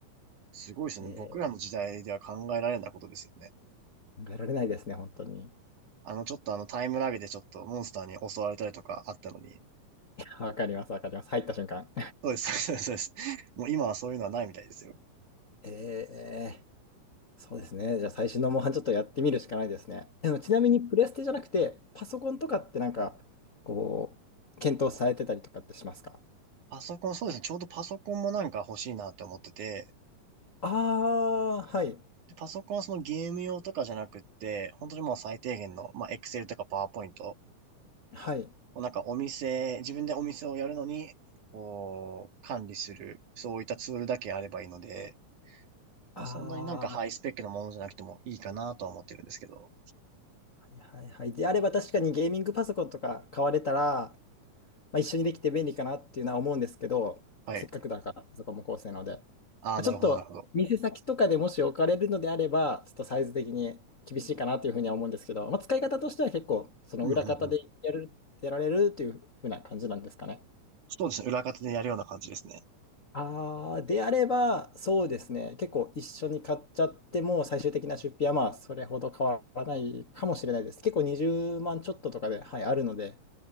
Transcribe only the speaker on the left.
えー
考えられないですね、本当に。
わかります、わかります。入った瞬間。
<laughs> ええそうですね。じゃあ最新のモンハンちょっとやってみるしかないですね。でもちなみにプレステじゃなくて、パソコンとかってなんか、こう、検討されてたりとかってしますか
ああー、はい。
はい。
ああ、はいはいはい。であれば確かにゲーミングパソコンとか買われたら、まあ、一緒にできて便利かなっていうのは思うんですけど、
せっかくだから、パソコンも高性能で。ま
あ、
ちょっと、
店先とかでもし置かれるのであれば、ちょっとサイズ的に厳しいかなというふうには思うんですけど、まあ、使い方としては結構、その裏方でやる、
やられるというふうな感じなんですかね。
ああ、であれば、そうですね。結構一緒に買っちゃっても、最終的な出費はまあ、それほど変わらないかもしれないです。結構20万ちょっととかで、はい、あるので、